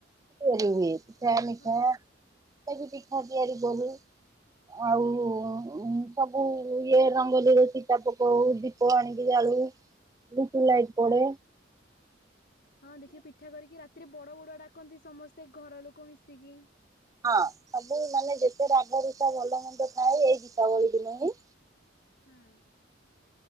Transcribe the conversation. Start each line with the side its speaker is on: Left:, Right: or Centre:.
Right: ତିଆରି ହୁଏ ପିଠା ମିଠା
Left: ହଁ
Right: <unintelligible> ପିଠା ତିଆରି କରୁ। ଆଉ ଉଁ ସବୁ ଇଏ ରଙ୍ଗେଲୀରେ ଚିତା ପକଉ ଦି ପ ଆଣିିକି ଜାଳୁ ଲିଚୁ ଲାଇଟ୍ ପଡ଼େ।
Left: ହଁ ଦେଖିବେ ପିଠା କରିକି ରାତିରେ ବଡ଼ ବଡ଼ୁଆ ଡାକନ୍ତି ସମସ୍ତେ ଘର ଲୋକ ମିଶିକି।
Right: ହଁ ସବୁ ମାନେ ଯେତେ ରାଗରୁଷା ଭଲମନ୍ଦ ଥାଏ ଏଇ ଦୀପାବଳି ଦିନ ହିଁ
Left: ହୁଁ।